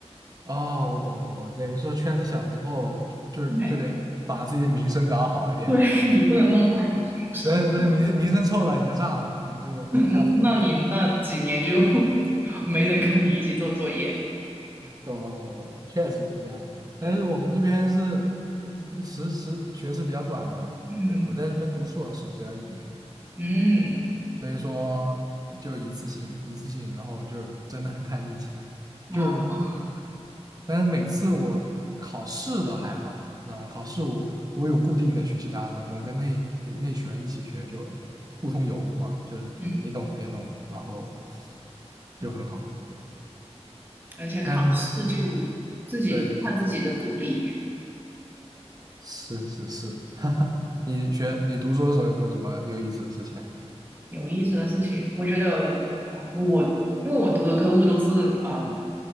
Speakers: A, on the right (about 35°); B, on the right (about 20°).
A: 哦，我懂了，我懂了，等于说圈子小之后，就就是就得把自己的名声搞好一点，
B: 对对，
A: 对吧？
B: <laughs> 你不能弄坏自己名声，
A: 那那名名声臭了，你就炸了，你就下次
B: 嗯，那你那几年就 <laughs> 没人跟你一起做作业。
A: 懂了，懂了，懂了，确实是这样子的。但是我们这边是嗯时时学制比较短嘛，
B: 对，嗯
A: 对，我在这边读硕士只要一年，
B: 嗯，
A: 所以说就一次性一次性，然后就是真的很看运气，就是
B: 哦
A: 对，但是每次我考试的还好，你知道吗？考试我我有固定的学习搭子，我跟那那群人一起学就互通有无嘛，就是你懂我也懂，
B: 嗯，
A: 然后就很好。对
B: 而且考试就自己看自己的努力。
A: 但是对对对，是是是，<laughs> 哈哈，你学你读书的时候有没有什么有意思的事情啊
B: 有意思的事情，我觉得哦我因为我读的科目都是嗯，